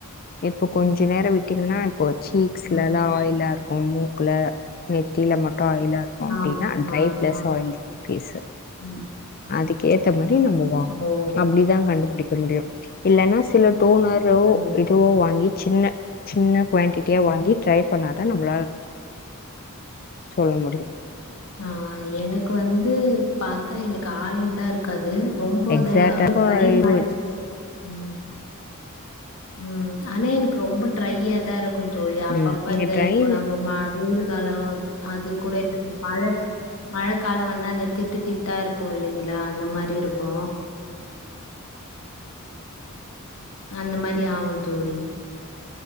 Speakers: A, on the left; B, on the left.
A: இப்ப கொஞ்சம்
B: ம்
A: நேரம் விட்டிங்கனா போ சீக்ஸ்லலாம்
B: ம்
A: எல்லாருக்கும் மூ குள்ள நெத்தியில மட் ஆயிலா இருக்கும் அப்படின்னா
B: ஆமா
A: அந்த ஃப்ரேச
B: ஆ
A: இருக்கும்
B: ம்
A: அதுக்கேத்த மாதிரி
B: ம்
A: நம்ம வாங்க
B: ஓ
A: அப்படிதான் கண்டுபிடிக்கணு முடியும் இல்லைன்னா சில டோனர்ரோ
B: ஓ
A: இதுவோ வாங்கி சின்ன சின்ன குவான்டிட்டியா வாங்கி ட்ரை பண்ணாதான் நம்ம சொல்ல முடியும்
B: ஆஹ் எனக்கு வந்து பாத்தேன் எனக்கு ஆயிள்எல்லாம் இருக்காது ரொம்ப
A: எக்ஸாக்டா
B: தான்
A: இப்ப
B: பய்ன்
A: இது
B: மாதிரி இருக்கும் உம் உம் ஆனா எனக்கு ரொம்ப டிரையா தான் இருக்கும் தோழி அப்பப்ப
A: ம் நீங்க
B: இந்த
A: ட்ரைன்னு
B: இப்போ நம்ம வெயில் காலம் அது கூட இ மழை மழைக்காலம் வந்தா அந்த திட்டு திட்டா இருக்கும் இல்லைங்களா அந்த மாதிரி இருக்கும் அந்த மாதிரி அப்டி ஆவும்தோழி